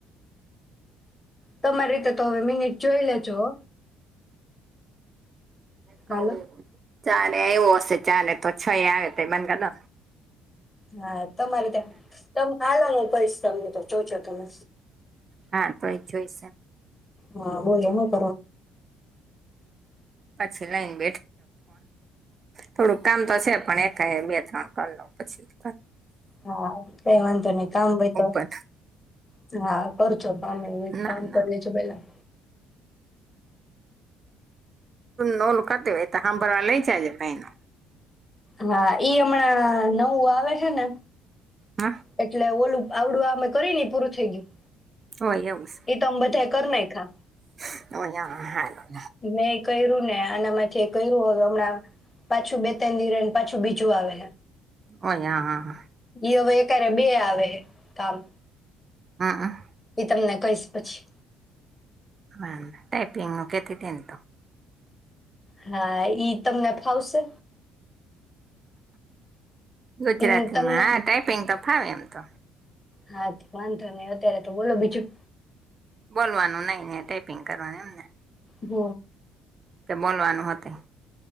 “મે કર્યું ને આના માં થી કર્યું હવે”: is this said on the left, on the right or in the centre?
Left